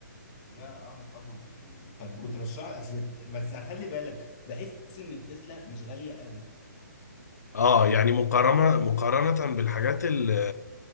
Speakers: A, on the left; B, on the left.
A: لا اه طبعا يعني انت بترشح اصل بس خلي بالك بحس ان التسلا مش غاليه قوي
B: اه يعني مقارنة مقارنة بالحاجات ال-